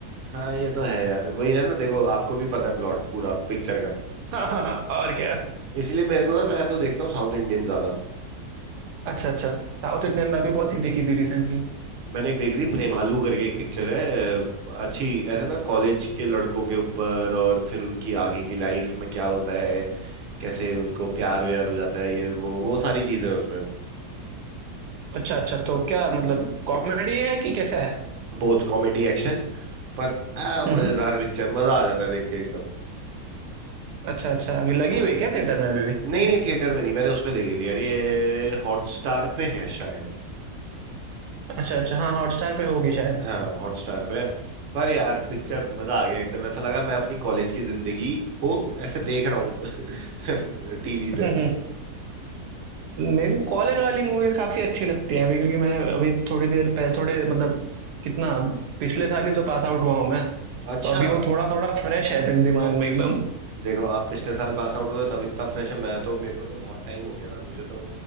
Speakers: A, on the right; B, on the right.
A: हाँ ये तो है यार वही है ना देखो आपको भी पता है प्लॉट पूरा पिक्चर का
B: <laughs> और क्या
A: इसीलिए मेरे को ना मैं तो देखता हूँ साउथ इंडियन ज्यादा
B: अच्छा अच्छा साउथ इंडियन में अभी कौन सी देखी थी रिसेंटली
A: मैंने एक देखी थी प्रेमालू करके एक पिक्चर है अ, अच्छी ऐसे ना कॉलेज के लड़कों के ऊपर और फिर उनकी आगे की लाइफ में क्या होता है कैसे उनको प्यार व्यार हो जाता है ये वो वो सारी चीजें हैं उसमें
B: अच्छा अच्छा तो क्या मतलब कॉमेडी है कि कैसा है
A: बहुत कॉमेडी एक्शन पर आ, मजेदार
B: हम्म हम्म,
A: पिक्चर मजा आ जाता है देख के एकदम
B: अच्छा अच्छा अभी लगी
A: हाँ।
B: हुई है क्या थिएटर में अभी भी
A: नहीं नहीं थिएटर में नहीं मैंने उस पे देखी थी यार ये हॉटस्टार पे है शायद
B: अच्छा अच्छा हाँ हॉटस्टार पे होगी शायद
A: हाँ हॉटस्टार पे पर यार पिक्चर मजा आ गया एकदम ऐसा लगा मैं अपनी कॉलेज की जिंदगी को ऐसे देख रहा हूँ <laughs> टीवी पे
B: हम्म <laughs> मेरे को कॉलेज वाली मूवीज काफी अच्छी लगती है अभी क्योंकि मैं अभी थोड़ी देर पहले थोड़े मतलब कितना पिछले साल ही तो पास आउट हुआ हूँ मैं
A: अच्छा
B: तो अभी वो थोड़ा थोड़ा फ्रेश है दि- दिमाग में एकदम
A: देखो आप पिछले साल पास आउट हुए तब इतना फ्रेश है मैं तो मेरे को तो बहुत टाइम हो गया ना मुझे तो